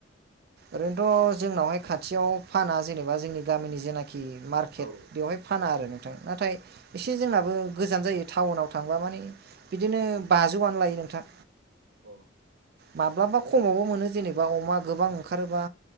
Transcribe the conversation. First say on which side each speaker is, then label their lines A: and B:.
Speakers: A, on the right; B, on the right.
A: ओरैनोथ' जोंनावहाय खाथियाव फाना जेनेबा जोंनि गामिनि जेनाखि खि मार्केट
B: औ
A: बेवहाय
B: औ
A: फाना
B: औ
A: आरो नोंथां। नाथाय एसे जोंनाबो गोजान जायो टाउनाव थांबा माने बिदिनो बाजौआनो लायो नोंथां।
B: अ
A: माब्लाबा
B: होमबाथ'
A: खमावबो मोनो जेनेबा अमा गोबां ओंखारोबा